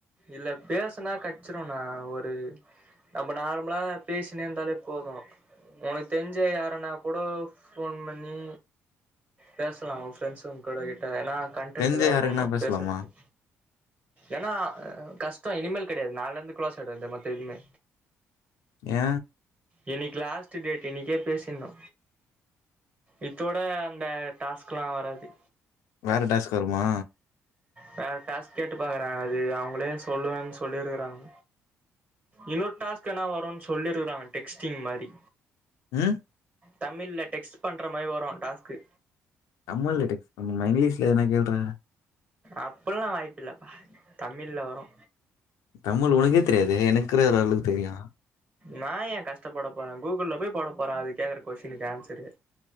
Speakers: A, on the right; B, on the left.
A: இல்ல பேசுனா கெடச்சிருங்க ஒரு நம்ம நார்மலா பேசினே இருந்தாலே போது உனக்கு தெஞ்ச யாரன்னா கூடோ ஃபோன் பண்ணி பேசலா ஒ ஃப்ரெண்ட்ஸுங் கூட கிட்ட ஆனா கண்டென்ட்டு
B: தெரிஞ்ச
A: இதா
B: யாருக்குன்னா
A: இருக்கணு
B: பேசலாமா
A: பேசறதுக்கு ஏன்னா கஷ்டோ இனிமேல் கிடையாது நாள்லர்ந்து குலோஸ் ஆய்டு இந்த மொத்த இதுமே
B: ஏ
A: இன்னிக்கி லாஸ்ட்டு டேட் இன்னிக்கே பேசிர்ன்ணு இத்தோட அந்த டாஸ்க்லா வராது
B: வேற டாஸ்க் வருமா
A: வேற டாஸ்க் கேட்டு பாக்குற அது அவுங்களே சொல்லுவன்னு சொல்லிருக்கறாங்க இன்னொரு டாஸ்க் ஆனா வருனு சொல்லிருக்கறாங்க டெக்ஸ்டிங் மாரி
B: ம்
A: தமிழ்ல டெக்ஸ்ட் பண்ற மாரி வரு டாஸ்க்கு
B: தமிழ்ல்ல டெக்ஸ்ட் பண்ணனுமா இங்கீஷ்ல எதனா கேள்றா
A: அப்பட்ல்லா வாய்ப்பு இல்லப்பா தமிழ்ல வரு
B: தமிழ் ஒனக்கே தெரியாது எனக்குற ஒரு அளவுக்கு தெரியு
A: நா ஏ கஷ்டப்பட போற கூகுள்ளப் போய் போட போற அது கேக்கற கொஸ்டினுக்கு ஆன்சரு